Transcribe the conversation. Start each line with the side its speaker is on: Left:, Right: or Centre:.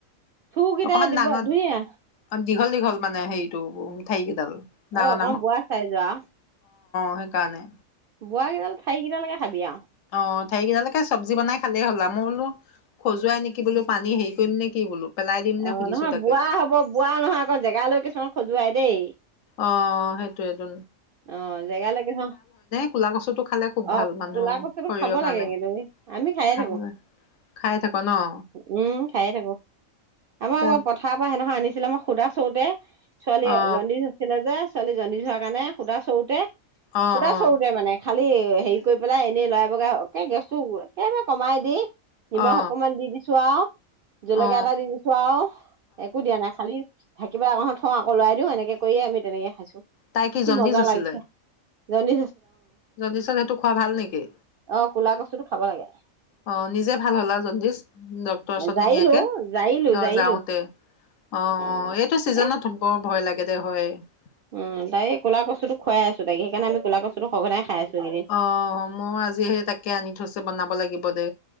Right: থুকেইটা
Left: অকমান
Right: দিব
Left: ডাঙৰ
Right: ধুঞা
Left: অ দীঘল দীঘল মানে হেৰিটো ঠাৰি কেইডাল ডাঙৰ
Right: অঁ অকণ বোৱা চাই যোৱা
Left: সেই কাৰণে
Right: বোৱা কেইডাল ঠাই কেইডাল লাগে কি খাবা আৰু
Left: অঁ ঠাৰি কেইডালৈকৈ চব্জি বনাই খালেই হ'লে হ'ল মই বোলো খজুৱাই নেকি বোলো পানী হেৰি কৰিমনে কি বোলো পেলাই দিম নে
Right: অঁ
Left: সুধিছো
Right: নহয়
Left: তাকে
Right: বুৱা হব বোৱা নহয় আকৌ জেগালৈ কিছুমান খজুৱাই দেই
Left: অঁ সেইটোয়েইটো
Right: অঁ জেগালৈকে থওঁ,
Left: ক'লা কচুটো খালে খুব
Right: অঁ
Left: ভাল মানুহৰ
Right: কলা কচুটো
Left: শৰীৰৰ
Right: খাব
Left: কাৰণে
Right: লাগে কিন্তু এই আমি খায়ে।
Left: খাব
Right: থাকো
Left: লাগে খাই থাক ন অ
Right: উম খায়ে থাকো। আমাৰ
Left: ত
Right: পথাৰৰ পৰা সেইদিনা আনিছে ছিলে মই সোধা চৰুতে ছোৱালীজনীৰ
Left: অ
Right: জনদিচ্ হৈছিলে যে ছোৱালী জনীৰ হোৱাৰ কাৰণে সুধা চৰুতে
Left: অ
Right: সুদা
Left: অ
Right: চৰুতে মানে খালি হেৰি কৰি পেলাই এনেই লৰাই বগাই একে গেছোতো একেবাৰে কমাই দি নিমখ
Left: অ
Right: অকণমান দি দিছো আৰু জলকীয়া
Left: অ
Right: এটা দি দিছো আৰু একো দিয়া নাই খালি থাকিবলৈ আগখনত থওঁ আকৌ লই দিওঁ এনেকে কৈয়ে আমি তেনেকে খাইছো
Left: তাই
Right: কি
Left: জণ্ডিচ
Right: মজা
Left: আছিলে
Right: লাগিছে ধনি
Left: জণ্ডিচত সেইটো খোৱা ভাল নেকি
Right: অ ক'লা কচুটো খাব লাগে
Left: আহ নিজে ভাল হলা জণ্ডিচ ডক্তৰৰ ওচৰত
Right: জাৰিলো
Left: নি নিয়াকে
Right: জাৰিলো
Left: অ
Right: জাৰিলো
Left: যাওতে অ
Right: উম
Left: এইটো চিজনত
Right: এ
Left: বৰ ভয় লাগে তেতিয়া হে ই <unintelligible>
Right: উম তাই এই কলা কচুটো খাইছো তাই সেইকাৰণে আমি কলা কছুটো সঘনাই খাই আছো এইকেইদিন
Left: অ মই আজি সেই তাকে আনি থৈছে বনাব লাগিব তে